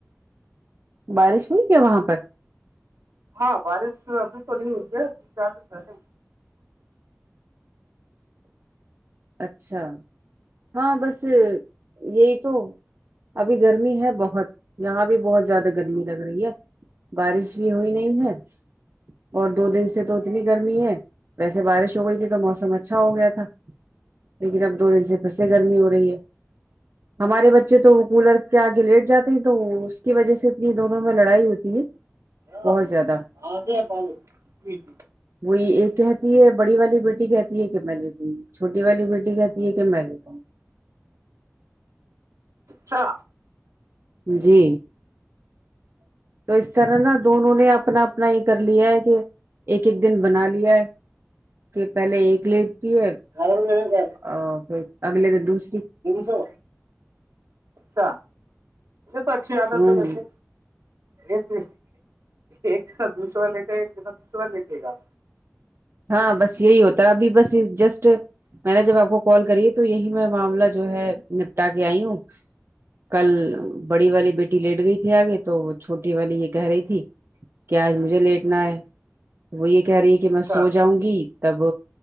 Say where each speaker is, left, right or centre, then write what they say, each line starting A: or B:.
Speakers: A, on the right (about 50°); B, on the right (about 75°).
A: بارش ہوئی کیا وہاں پر
B: ہاں بارش ابھی تو نہیں ہوئی ہے تین چار دن پہلے
A: اچھا ہاں بس یہی تو ابھی گرمی ہے بہت یہاں بھی بہت زیادہ گرمی لگ رہی ہے بارش بھی ہوئی نہیں ہے اور دو دن سے تو اتنی گرمی ہے ویسے بارش ہو گئی تھی تو موسم اچھا ہو گیا تھا لیکن اب دو دن سے پھر سے گرمی ہو رہی ہے
B: ج
A: ہمارے بچے تو وہ کولر کے آگے لیٹ جاتے ہیں تو اس کی وجہ سے اتنی دونوں میں لڑائی ہوتی ہے
B: کیا
A: بہت زیادہ
B: آسے پالو جی جی
A: وہی ایک کہتی ہے بڑی والی بیٹی کہتی ہے کہ میں لیٹوں بیٹی والی بیٹی کہتی ہے کہ میںےتا ہوں
B: اچھا
A: جی تو اس طرح نا دونوں نے اپنا اپنا یہ کر لیا ہے کہ ایک ایک دن بنا لیا ہے کہ پہلے ایک لیٹتی ہے
B: آر کر
A: ا پھر اگلے د دوسری
B: سو اچھا تو اچھی آیاد
A: ہوں
B: ہو ہے ویسے ایک د ایک س دو سو لیتے ایک د دو سوا لیتے گم
A: ہاں بس یہی ہوتا ہے ابھی بس جسٹ میں نے جب آپ کو کال کری ہے تو یہی میں معاملہ جو ہے نپٹا کے آئی ہوں کل بڑی والی بیٹی لیٹ گئی تھی آگے تو وہ چھوٹی والی یہ کہہ رہی تھی
B: ا
A: کہ آج مجھے لیٹنا ہے وہ یہ کہہ رہی ہے کہ میں
B: اچھا
A: سو جاؤں گی تب